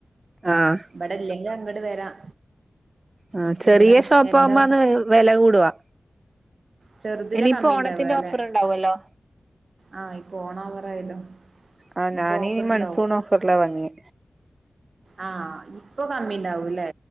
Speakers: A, on the right; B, on the right.
A: ആഹ
B: ഇവിടെ ഇല്ലെങ്കിൽ അങ്ങോട്ട് വരാം
A: ആ
B: ഇപ്പ
A: ചെറിയ
B: ഇവിടെ
A: ഷോപ്പ്
B: എന്താ
A: ആവുമ്പോന്ന് വില കൂടുവാ
B: ചെറുതിലെ
A: ഇനിയിപ്പോ
B: കമ്മിണ്ടാവ
A: ഓണത്തിന്റെ
B: അല്ലെ
A: ഓഫർ ഉണ്ടാവല്ലോ
B: ആഹ ഇപ്പ ഓണ ആവറായല്ലോ
A: ആഹ്
B: ഇപ്പൊ
A: ഞാനീ
B: ഓഫർ
A: മൺസൂൺ
B: ഇണ്ടാവും
A: ഓഫറിലാ വാങ്ങിയെ
B: ആഹ ഇപ്പൊ കമ്മ ണ്ടാവല്ലേ